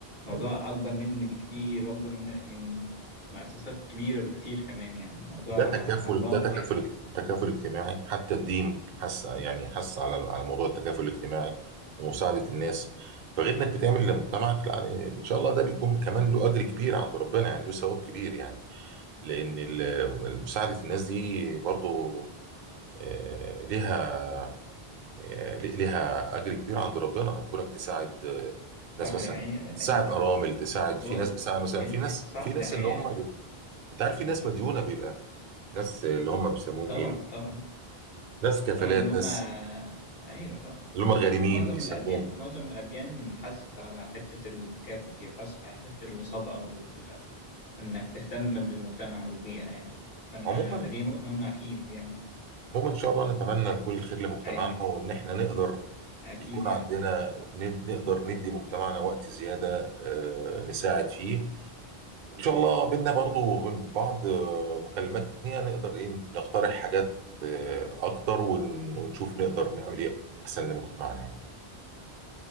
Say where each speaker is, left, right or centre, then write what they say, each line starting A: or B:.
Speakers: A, on the left (about 70°); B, on the right (about 55°).
A: الموضوع
B: حلو
A: اكبر مني بكتير واكبر من من مؤسسات كبيره بكتير كمان يعني الموضوع
B: ده تكافل
A: عملاق
B: ده تكافل
A: يعني
B: تكافل اجتماعي حتى الدين حس يعني حس على على موضوع التكافل الاجتماعي ومساعده الناس فغير انك بتعمل لمجتمعك لا يعني ان شاء الله ده بيكون كمان له اجر كبير عند ربنا يعني له ثواب كبير يعني لان ال- مساعده الناس دي برضو آه، ليها آه، ليها اجر كبير عند ربنا كونك تساعد آه، ناس
A: صح
B: مثلا
A: دي حقيقه دي حقيقه
B: تساعد ارامل تساعد في
A: هو
B: ناس بتساعد مثلا في ناس
A: صح
B: في ناس
A: ده حقيقة
B: اللي هم انت عارف في ناس مديونه بيبقى ناس اللي هم بيسموهم
A: طبعا
B: ايه
A: طبعا
B: ناس كفالات
A: طبعا اللي هم
B: ناس
A: أيوة صح
B: اللي هم الغارمين
A: معظم
B: بيسموهم
A: الأديان معظم الأديان حست على حتة التكافؤ دي حست على حتة الصدقة وال... وإنك تهتم بالمجتمع والبيئة يعني فأنا
B: عموما
A: فدي نقطة مهمة أكيد يعني
B: عموما ان شاء الله نتمنى لكل خير لمجتمعنا
A: أيوة
B: وان احنا نقدر
A: أكيد
B: يكون
A: يعني
B: عندنا ند- نقدر ندي مجتمعنا وقت زياده آه، نساعد فيه وإن شاء الله بينا برضو من بعض آه، مكالمات تانية نقدر إيه نقترح حاجات آه، أكتر ون- ونشوف نقدر نعمل إيه أحسن لمجتمعنا يعني